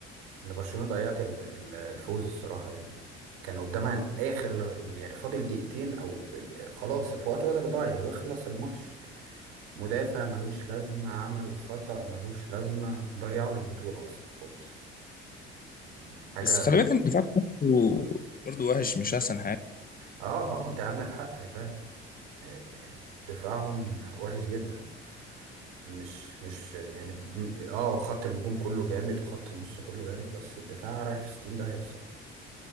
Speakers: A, on the right; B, on the left.
A: ان برشلونه ضيعت ال- ال- الفوز الصراحه يعني كان قدامها اخر يعني فاضل دقيقتين او خلاص في وقت بدل ضايع ويخلص الماتش مدافع ملوش لازمه عمل خطأ ملوش لازمه ضيعوا البطوله اصلا خالص مم. حاجه
B: بس خلي بالك ان الدفاع برضه برضه وحش مش احسن حاجه
A: اه اه ده عندك حق فعلا يعني دفاعهم وحش جدا مش مش يعني م- اه خط الهجوم كله جامد وخط النص كله جامد بس الدفاع رايح في 60 داهية الصراحة